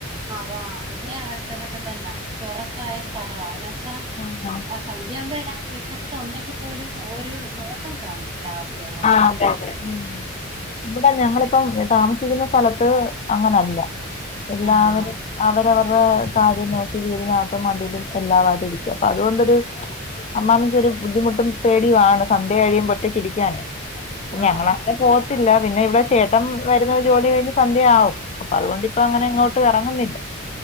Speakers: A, on the right (about 20°); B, on the left (about 30°).
A: അതാ ഇവിടെ ആതൊക്കെ തന്നെ തുറസായ സ്ഥലമാ എന്ന് വച്ചാ
B: ഉണ്ടോ?
A: ആ സന്ധ്യയാകുമ്പോ എല്ലാവരും വീടിനകത്ത് ഉണ്ടെങ്കി പോലും ഒരു നോട്ടം കാണും എല്ലാവർക്കും അങ്ങോട്ടും
B: ആഹ്
A: ഇങ്ങോട്ടും
B: അതെ അതെ ഉം ഇവിട ഞങ്ങളിപ്പം താമസിക്കുന്ന സ്ഥലത്ത് അങ്ങനല്ല എല്ലാവരും
A: ആഹ്
B: അവരവരുടെ കാര്യം നോക്കി ഇങ്ങന അതും അതിലും എല്ലാവാതിരിക്കുക അപ്പൊ അതുകൊണ്ടൊരു അമ്മമ്മിയ്ക്കൊരു ബുദ്ധിമുട്ടും പേടിയും ആണ് സന്ധ്യ കഴിയുമ്പോറ്റേക്ക് ഇരിക്കാന് പിന്നെ
A: ആഹ്
B: ഞങ്ങങ്ങനെ
A: ആഹ്
B: പോകത്തില്ല പിന്നെ ഇവിടെ ചേട്ടൻ വരുന്ന ജോലി കഴിഞ്ഞ് സന്ധ്യയാവും അപ്പൊ അതുകൊണ്ടിപ്പ അങ്ങനെ എങ്ങോട്ടും ഇറങ്ങുന്നില്ല